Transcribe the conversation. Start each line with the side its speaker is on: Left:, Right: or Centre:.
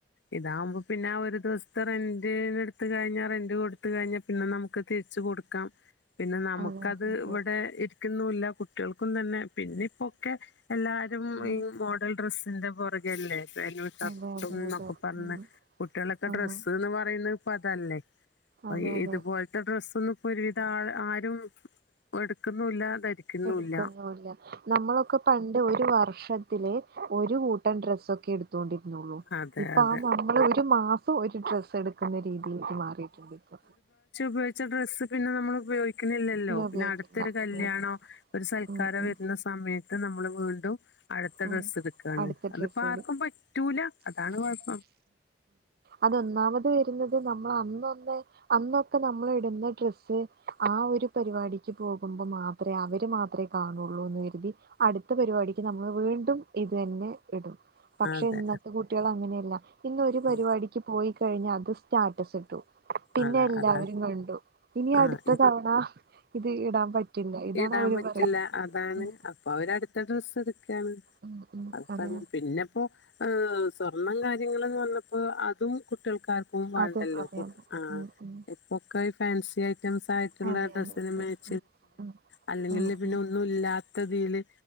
Left: ഇതാവുമ്പപിന്നെ ആ ഒരു ദിവസത്തെ റെന്റിന് എടുത്ത് കഴിഞ്ഞ റെന്റ് കൊടുത്ത് കഴിഞ്ഞ പി ന്നെ നമുക്ക് തിരിച്ച് കൊടുക്കാം. പിന്നെ നമുക്ക്
Right: അതെ അതെ അതെ
Left: ന്നെ ഇരിക്കുന്നൂല്ല കുട്ടികൾക്കും തന്നെ പിന്നിപ്പൊക്കെ എല്ലാ മ്
Right: ഉം
Left: ഈ മോഡൽ ഡ്രസ്സിന്റെ പൊറകെല്ലേ ന്നൊക്കെ
Right: അതെ അതെ അതെ
Left: പറഞ്ഞ്
Right: ഉം
Left: കുട്ടികളൊക്കെ
Right: ആഹ്
Left: ഡ്രസ്സ്ന്ന് പറയുന്നത് ഇപ്പൊ അതല്ലേ
Right: അതെ
Left: അ
Right: അതെ
Left: ഇതുപോലത്തെ ഡ്രസ്സൊന്നും ഇപ്പ ഒരുവിധം ആള് ആരും എടുക്കുന്നുല്ല ധരിക്കുന്നുല്ല
Right: എടുക്കൊന്നൂല്ല നമ്മളൊക്കെ പണ്ട് ഒരു വർഷത്തി ലെ ഒരു കൂട്ടം ഡ്രസ് ഒക്കെ എടുത്തൊണ്ടിരുന്നുള്ളൂ
Left: അതെ
Right: ഇപ്പൊ
Left: അതെ
Right: ആ നമ്മൾ ഒരു മാസ സൊ ഒരു ഡ്രസ്സ് എടുക്കുന്ന രീതിയിലേക്ക് മാറിയിട്ടുണ്ട് ഇപ്പോ
Left: പയോഗിച്ച ഡ്രസ്സ് പിന്നെ നമ്മള് ഉപയോഗിക്കുന്നില്ലല്ലോ.
Right: ഉപയോഗിക്കില്ല
Left: പിന്നെ അടുത്തൊരു കല്യാണോ
Right: അതെ അതെ
Left: ഒരു സൽക്കാരോ
Right: ഉം ഉം
Left: വരുന്ന സ സമയത്ത് നമ്മള് വീണ്ടും അടുത്ത
Right: ഉം
Left: ഡ്രസ്സ് എടുക്കാണ്.
Right: അടുത്ത
Left: അതിപ്പോ
Right: ഡ്രസ്സ്
Left: ആർക്കും
Right: ഇടും
Left: പറ്റൂല. അതാണ് കുഴപ്പം.
Right: അതൊന്നാമത് വരുന്നത് നമ്മള് അന്നൊന്ന് അന്നൊക്കെ നമ്മള് ഇടുന്ന ഡ്രസ്സ് ആ ഒരു പരിപാടിക്ക് പോകുമ്പ മാത്രം തെ അവര് മാത്രേ കാണോള്ളൂന്ന് കരുതി അടുത്ത പരിപാടിക്ക് നമ്മള് വീണ്ടും ഇതു തന്നെ ഇടും. പക്ഷെ
Left: അതെ
Right: ഇന്നത്തെ കുട്ടികള് അങ്ങനെയല്ല. ഇന്ന് ഒരു പരിപാടി
Left: ഉം
Right: ക്ക് പോയി കഴിഞ്ഞ അത് സ്റ്റാറ്റസ് ഇട്ടു. പിന്നെ
Left: അതാ
Right: എല്ലാവരും
Left: അതാ
Right: കണ്ടു. ഇനി
Left: ആഹ്
Right: അടുത്ത തവണ ഇത് ഇടാൻ പറ്റില്ല. ഇതാണ്
Left: ഇടാൻ
Right: അവര്
Left: പറ്റില്ല
Right: പറയുന്നത്.
Left: അതാണ്
Right: ഉം
Left: അപ്പൊ അവര് അടുത്ത ഡ്രസ് എടുക്കയാണ്.
Right: ഉം ഉം
Left: അത്
Right: അതെ
Left: പിന്നെ പ്പോ ആ സ്വർണം കാര്യങ്ങളൊക്കെ വന്നപ്പോ അതും കുട്ടികൾക്കാർ ക്കും വാണ്ടല്ലോ.
Right: അതെ അതും അതെ അതെ
Left: ആഹ്
Right: ഉം ഉം
Left: ഇപ്പൊക്കെ ഈ ഫാൻസി ഐറ്റംസ് ആയിട്ടുള്ള
Right: അതെ
Left: ഡ്രസിന്
Right: അതെ അതെ
Left: മാച്ച് <unintelligible>
Right: ഉം
Left: അല്ലെങ്കില്
Right: ഉം
Left: പിന്നെ
Right: ഉം
Left: ഒന്നും ഇല്ലാത്തതില്